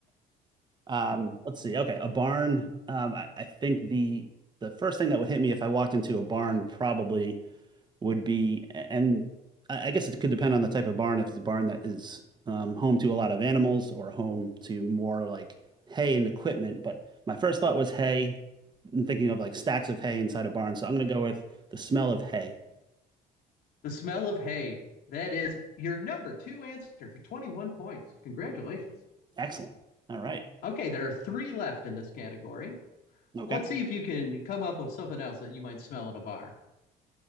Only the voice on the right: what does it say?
Um, Let's see. Okay, a barn. Um, I I think the the first thing that would hit me if I walked into a barn probably would be, and I I guess it could depend on the type of barn. If it's a barn that is um, home to a lot of animals or home to more like hay and equipment. But my first thought was hay and thinking of like stacks of hay inside a barn. So I'm going to go with the smell of hay.
Excellent. All right.
Okay.